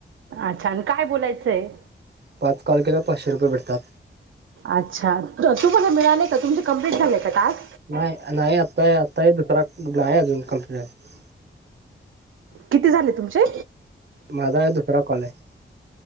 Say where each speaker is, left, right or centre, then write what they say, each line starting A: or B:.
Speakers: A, on the right; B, on the right.
A: अच्छा आणि काय बोलायचंय.
B: पाच कॉल केल्यावर पाचशे रुपये भेटतात.
A: अच्छा त तुम्हाला मिळालेय का तुमची कंप्लेट झाले का टास्क.
B: नाही नाही आता आताही दुसरा. आहे अजून कपंलिंट.
A: किती झाले तुमचे.
B: माझा दुसरा कॉल आहे